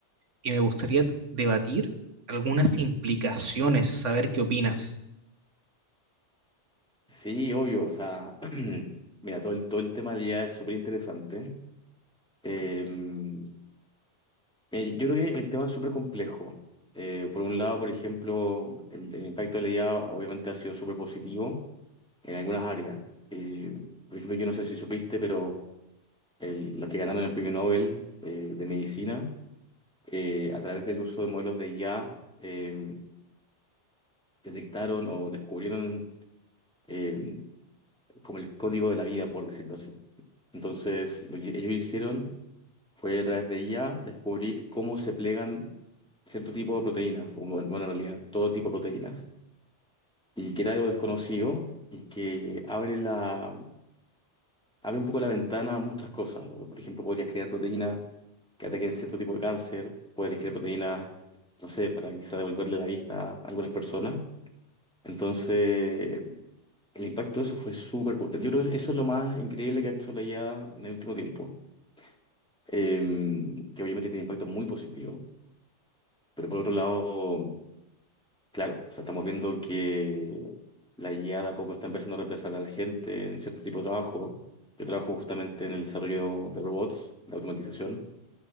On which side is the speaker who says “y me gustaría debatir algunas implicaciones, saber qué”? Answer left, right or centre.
Right